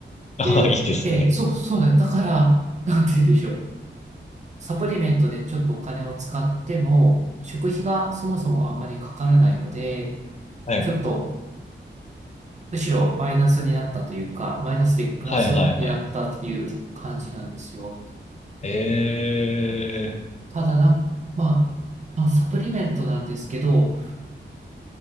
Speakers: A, on the left; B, on the right.
A: ああ、
B: で、
A: いいですね。
B: ええ、そう、そうだよ。だから、なんて言うんでしょう。サプリメントでちょっとお金を使っても、食費がそもそもあんまりかからないので、
A: はい。
B: ちょっとむしろマイナスになったというか、マイナスでプラスになったっていう感じなんですよ。
A: はいはいはい。ええ
B: ただな、まあ、まあ、サプリメントなんですけど、